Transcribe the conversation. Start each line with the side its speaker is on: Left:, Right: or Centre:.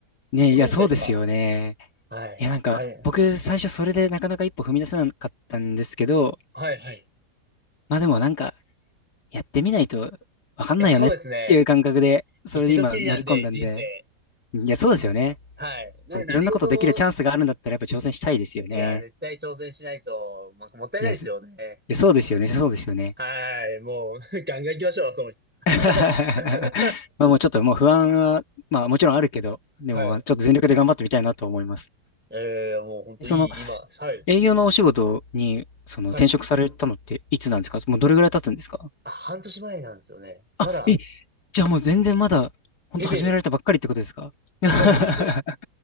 Left: ねいや、
Centre: ところだったりとか。
Left: そうですよね。
Centre: はい。
Left: いや、なんか、
Centre: あれ。
Left: 僕、最初それでなかなか一歩踏み出せなかったんですけど、
Centre: はい、はい。い
Left: まあでもなんか、やってみないとわかんないよねっていう感覚で、
Centre: や、そうですね。
Left: それで今乗り込んだんで、
Centre: 一度きりなんで、人生。
Left: いや、そうですよね。
Centre: はい。な、
Left: こういろんなことできるチャンスがあるんだったらやっぱ挑戦したいですよね。
Centre: 何事も、いや、絶対挑戦しないと、まあ、もったいないですよね。
Left: いや、ずいやそうですよね、そうですよね。
Centre: はい。もう、<laughs> ガンガン行きましょう、その人。
Left: <laughs>
Centre: <laughs>
Left: まあもうちょっともう不安は、まあもちろんあるけど、でもまあちょっと全力で頑張ってみたいなと思います。
Centre: はい。えー、もう本当いい、
Left: その
Centre: 今。はい。
Left: 営業のお仕事に、その転職されたのっていつなんですかもうどれぐらい経つんですか
Centre: はい。あ、半年前なんですよね。まだ、
Left: あ、え、じゃあもう全然まだ、本当始められたばっかりってことですか
Centre: ペペです。
Left: <laughs>
Centre: そうなんですよ。